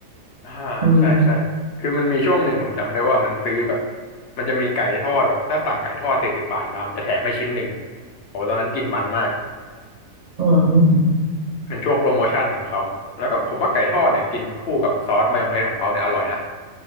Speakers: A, on the left; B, on the right.
A: <laughs> อ่าใช่ใช่คือมันมีช่วงหนึ่งผมจำได้ว่ามันซื้อแบบ
B: อืม
A: มันจะมีไก่ทอดแบบถ้าสั่งไก่ทอดสี่สิบบาทมามันจะแถมให้ชิ้นหนึ่งโอ้ตอนนั้นกินมันมาก
B: อืม
A: เป็นช่วงโปรโมชั่นของเขา แล้วก็ผมว่าไก่ทอดเนี่ยกินคู่กับซอสมายองเนสของเขาเนี่ยอร่อยนะ